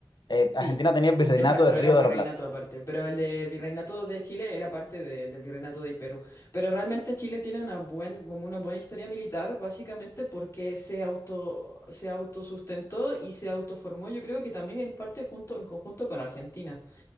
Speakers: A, on the left; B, on the left.
A: eh,
B: sí.
A: Argentina tenía el virreinato
B: Exacto,
A: del
B: era
A: Río
B: un
A: de
B: virreinato
A: la Plata.
B: aparte, pero el del virreinato de Chile era parte de- del virreinato de Perú. Pero realmente Chile tiene una buen, como una buena historia militar, básicamente porque se auto, se autosustentó y se autoformó, yo creo que también en parte junto, en conjunto con Argentina.